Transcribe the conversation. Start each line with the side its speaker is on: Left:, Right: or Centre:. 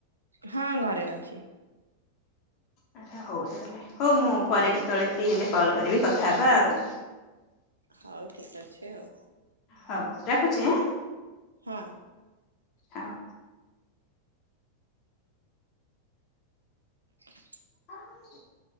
Right: ହଁ, ଘରେ ଅଛି।
Left: ଆଚ୍ଛା, ହଉ ତାହେଲେ, ହଉ ମୁଁ ପରେ କେତେବେଳେ ଫ୍ରି ହେଲେ କଲ କରିବି କଥା ହେବା ଆଉ।
Right: ହଉ ଠିକ ଅଛି ଆଉ
Left: ହଉ ରଖୁଛି ଆଁ।
Right: ହଁ।
Left: ହଉ।
Right: <unintelligible>
Left: ହ <unintelligible>